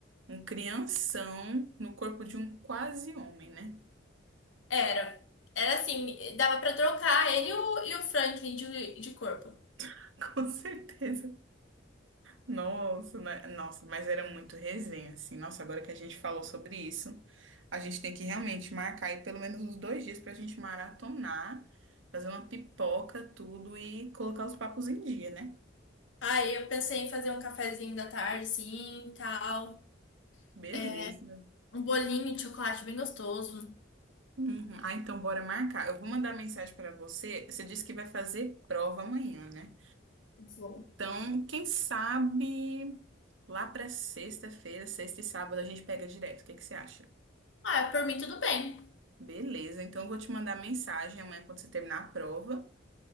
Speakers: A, on the right; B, on the left.
A: um crianção no corpo de um quase homem, né?
B: Era. Era assim, dava pra trocar ele e o, e o Franklin de, de corpo.
A: <laughs> Com certeza. Nossa, né? Nossa, mas era muito resenha, assim. Nossa, agora que a gente falou sobre isso, a gente tem que realmente marcar aí pelo menos uns dois dias pra gente maratonar, fazer uma pipoca, tudo e colocar os papos em dia, né?
B: Aí eu pensei em fazer um cafezinho da tarde, sim, tal.
A: Beleza.
B: É, um bolinho de chocolate bem gostoso.
A: Uhum. Ah, então bora marcar. Eu vou mandar mensagem pra você. Você disse que vai fazer prova amanhã, né?
B: Vou.
A: Então, quem sabe lá pra sexta-feira, sexta e sábado, a gente pega direto. O que que você acha?
B: Ah, é, por mim tudo bem.
A: Beleza, então eu vou te mandar mensagem amanhã quando você terminar a prova.